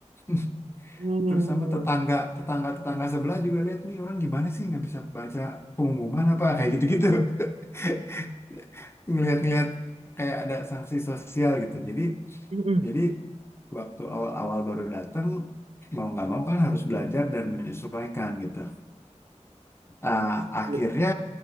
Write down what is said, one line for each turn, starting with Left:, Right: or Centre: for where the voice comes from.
Left: <laughs>
Right: Hmm.
Left: Terus sama tetangga, tetangga-tetangga sebelah juga lihat nih orang gimana sih nggak bisa baca pengumuman apa kayak gitu-gitu. <laughs> Ngelihat-ngelihat kayak ada sanksi sosial gitu. Jadi
Right: Mm-mm.
Left: jadi waktu awal-awal baru datang mau nggak mau kan harus belajar dan menyesuaikan gitu. Ah, akhirnya
Right: Iya.